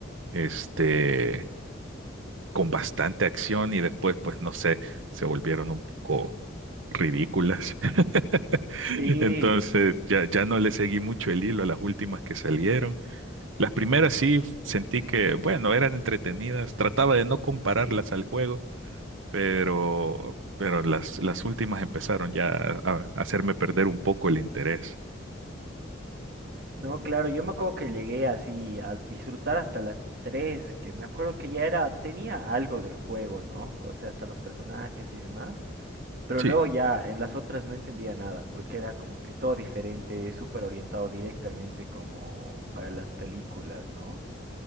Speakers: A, on the right (about 80°); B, on the right (about 50°).
A: este, con bastante acción y después, pues no sé, se volvieron un poco ridículas. <laughs>
B: Sí.
A: Entonces, ya, ya no le seguí mucho el hilo a las últimas que salieron. Las primeras sí sentí que, bueno, eran entretenidas. Trataba de no compararlas al juego, pero, pero las, las últimas empezaron ya a a hacerme perder un poco el interés.
B: No, claro, yo me acuerdo que llegué así a disfrutar hasta la 3 que me acuerdo que ya era, tenía algo del juego, ¿no? O sea, hasta los personajes y demás. Pero
A: Sí.
B: luego ya en las otras no entendía nada, porque era como que todo diferente, súper orientado directamente como para las películas, ¿no?